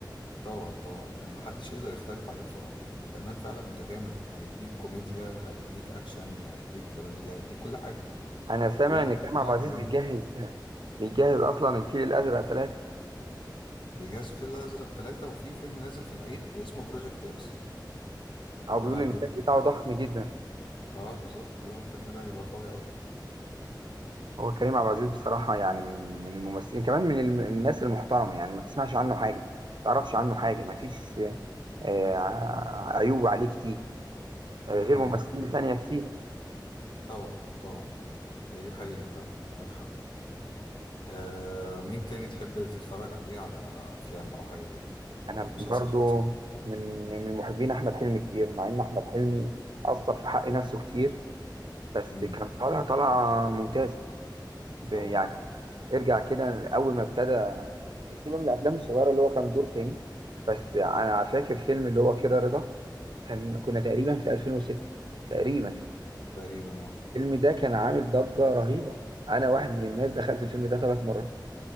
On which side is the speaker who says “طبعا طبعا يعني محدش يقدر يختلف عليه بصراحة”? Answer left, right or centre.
Left